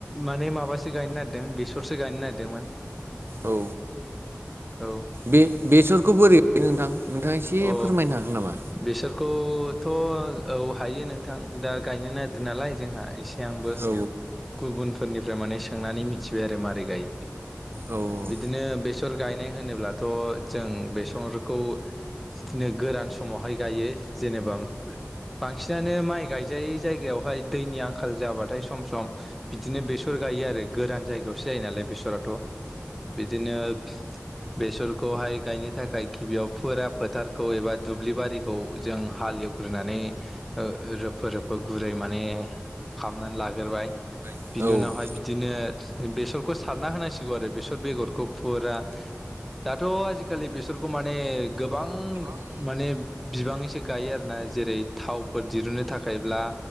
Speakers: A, in the centre; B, on the right.
A: माने माबासो गायनो नागेरदों बेसरसो गायनो नागिरदोंमोन।
B: औ।
A: औ
B: बे बेसरखौ बोरै गायो नोंथां नोंथां एसे
A: अ
B: फोरमायनो हागोन नामा
A: बेसोरखौथ'। औ हायो नोंथां दा गायनो नागिरदों नालाय जोंहा एसे आंबो
B: औ
A: गुबुन। फोरनिफ्राय माने सोंनानै मिथिबाय आरो मारै गायो
B: औ औ
A: बिदिनो। बेसर गायनाय होनोब्लाथ' जों बेसरखौ। बिदिनो गोरान समावहाय गायो जेनेबा। बांसिनानो माइ गायजायै जायगायावहाय। दैनि आंखाल जाबाथाय सम सम बिदिनो बेसर गायो आरो गोरान जायगायावसो जायो नालाय बेसराथ'। बिदिनो बेसरखौहाय गायनो थाखाय गिबियाव फुरा फोथारखौ एबा दुब्लि बारिखौ जों हाल एवग्रोनानै ओ रोफो रोफो गुरै। माने खामनानै लाग्रोबाय
B: औ
A: बिनि उनावहाय बिदिनो। बेसरखौ सारना होनांसिगौ आरो बेसर बेगरखौ फुरा। दाथ' आजि खालि बेसरखौ माने गोबां माने। बिबाङैसो गायो आरोना जेरै थावफोर दिरुननो थाखायब्ला।